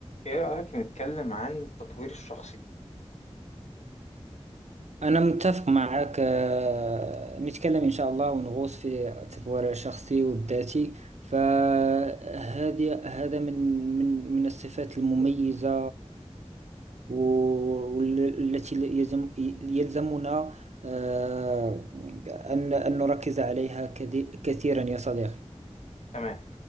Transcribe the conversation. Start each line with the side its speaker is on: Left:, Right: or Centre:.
Left: ايه رأيك نتكلم عن التطوير الشخصي
Right: أنا متفق معك آه، نتكلم إن شاء الله ونغوص في التطوير الشخصي والذاتي فهذه هذا من من من الصفات المميزة والتي يلزم يلزمنا آه، أن أن نركز عليها كثي- كثيرا يا صديقي
Left: تمام